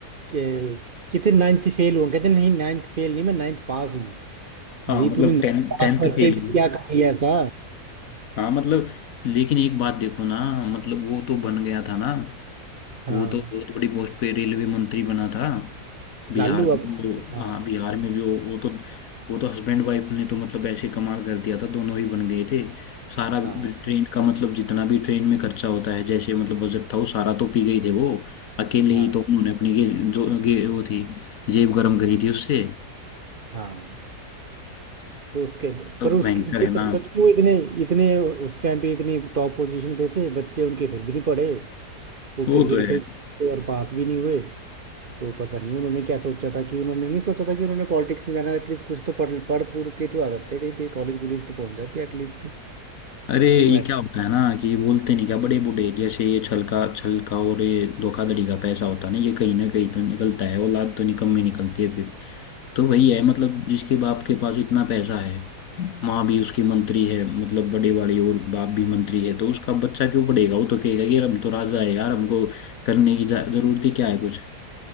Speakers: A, on the right; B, on the left.
A: के कितने नाइन्थ फेल हुआ कहते नहीं नाइन्थ फेल नहीं मैं नाइन्थ पास हूँ
B: हाँ
A: भाई
B: मतलब
A: तूने ninth
B: टेन टेंथ
A: पास करके
B: फेल
A: भी
B: हुआ।
A: क्या कर लिया ऐसा
B: हाँ मतलब लेकिन एक बात देखो ना मतलब वो तो बन गया था ना
A: हाँ
B: वो तो बहुत बड़ी पोस्ट पे रेलवे मंत्री बना था बिहार
A: लालू
B: में
A: अब
B: भी वो
A: हाँ
B: हाँ बिहार में भी वो वो तो वो तो हस्बैंड वाइफ ने तो मतलब ऐसे कमाल कर दिया था दोनों ही बन गए थे सारा
A: हाँ
B: ट्रेन का मतलब जितना भी ट्रेन में खर्चा होता है जैसे मतलब बजट था वो सारा तो पी गई थे वो अकेले
A: हाँ
B: ही तो उन्होंने अपनी गे, जो गे, वो थी जेब गर्म करी थी उससे
A: हाँ तो उसके
B: तो
A: पर उसके
B: भयंकर
A: ये
B: है
A: सोचो
B: ना
A: कि वो इतने इतने उस टाइम पे इतनी टॉप पोजीशन पे थे बच्चे उनके फिर भी नहीं पढ़े वो
B: वो
A: क्रिकेट
B: तो है
A: खेलते थे और पास भी नहीं हुए तो पता नहीं उन्होंने क्या सोचा था कि उन्होंने नहीं सोचा था कि उन्होंने पॉलिटिक्स में जाना एटलीस्ट कुछ तो पढ़ पढ़ पूढ़ के तो आ जाते कहीं पे कॉलेज वॉलेज तो पहुंच जाते एटलीस्ट
B: अरे
A: तो
B: ये क्या होता है ना कि ये बोलते नहीं क्या बड़े बूढ़े जैसे ये छलका छलका और ये धोखाधड़ी का पैसा होता है ना ये कहीं ना कहीं तो निकलता है औलाद तो निकम्मी निकलती है फिर तो वही है मतलब जिसके बाप के पास इतना पैसा है माँ भी उसकी मंत्री है मतलब बड़े वाली और बाप भी मंत्री है तो उसका बच्चा क्यों पढ़ेगा वो तो कहेगा कि यार हम तो राजा है यार हमको करने की जा- जरूरत ही क्या है कुछ